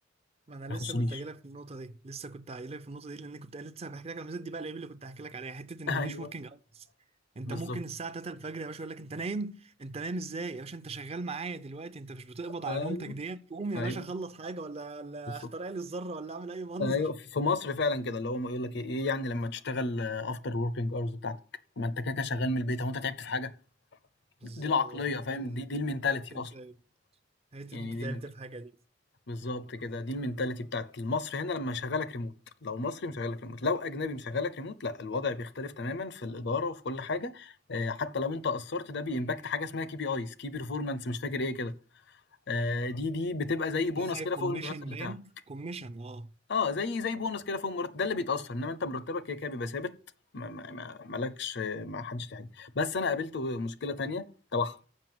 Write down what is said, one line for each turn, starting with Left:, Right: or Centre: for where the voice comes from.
Right: ما انا
Left: ما يخصنيش.
Right: لسه كنت هجيلك في النقطه دي لسه كنت هجيلك في النقطه دي لان كنت لسه بحكي لك على الميزات دي بقى العيب اللي كنت هحكي لك عليها حته ان
Left: <laughs> أيوه،
Right: مفيش وركينج اورز انت
Left: بالضبط،
Right: ممكن الساعه 3 الفجر يا باشا يقول لك انت نايم انت نايم ازاي يا باشا انت شغال معايا دلوقتي انت مش بتقبض على
Left: أيوه،
Right: نومتك ديت قوم يا
Left: أيوه،
Right: باشا خلص حاجه ولا ولا
Left: بالضبط،
Right: اخترع لي الذره ولا اعمل اي منظر
Left: أيوه، ف في مصر فعلًا كده، اللي هُم يقول لك إيه، إيه يعني لمّا تشتغل after working hours بتاعتك، ما أنت كده، كده شغال من البيت، هو أنت تعبت في حاجة؟
Right: <laughs> بالظبط
Left: دي العقلية فاهم؟
Right: انت
Left: دي دي المنتاليتي
Right: حته
Left: أصلًا،
Right: حته
Left: يعني
Right: انت تعبت
Left: دي المنت
Right: في حاجه دي
Left: بالضبط كده، دي المنتاليتي بتاعة المصري هنا لمّا يشغّلك remote، لو مصري مشغّلك remote، لو أجنبي مشغّلك remote لأ، الوضع بيختلف تمامًا في الإدارة وفي كل حاجة، آآ حتى لو أنت قصّرت ده بيimpact حاجة اسمها KPIs key performance مش فاكر إيه كده، آآ دي دي بتبقى زي bonus
Right: دي زي
Left: كده
Right: كوميشن
Left: فوق المرتب
Right: باين
Left: بتاعك،
Right: كوميشن اه
Left: آه زي زي bonus كده فوق المرتب، ده اللي بيتأثّر، إنّما أنت مرتبك كده كده بيبقى ثابت ما ما ما ما لكش ما حدش فيه حاجة، بس أنا قابلت مشكلة تانية تبعهم.